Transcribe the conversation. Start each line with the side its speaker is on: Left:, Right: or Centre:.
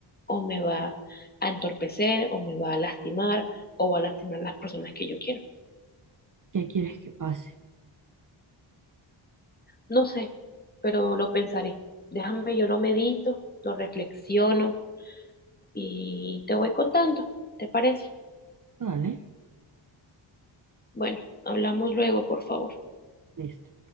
Left: o me va a entorpecer o me va a lastimar o va a lastimar a las personas que yo quiero.
Right: ¿Qué quieres que pase?
Left: No sé, pero lo pensaré. Déjame, yo lo medito, lo reflexiono y te voy contando. ¿Te parece?
Right: Vale,
Left: Bueno, hablamos luego, por favor.
Right: listo.